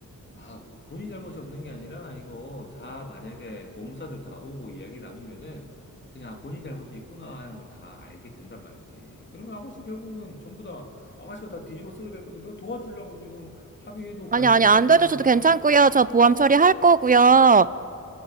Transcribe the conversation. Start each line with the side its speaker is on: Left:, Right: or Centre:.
Left: 아, 뭐 본인 잘못이 없는 게 아니라, 이거 다 만약에 보험사들 다 오고 이야기 나누면은, 그냥 아, 본인 잘못이 있구나 하는 걸 다 알게 된단 말이지. 그러면 아가씨 결국은 전부 다, 아가씨가 다 뒤집어 쓰게 될 건데, 내가 도와주려고 지금 합의해도
Right: 아니,
Left: 봐주겠다고
Right: 아니, 안 되죠.
Left: 하는 거지,
Right: 저도 괜찮고요.
Left: 내가?
Right: 저 보험 처리할 거고요.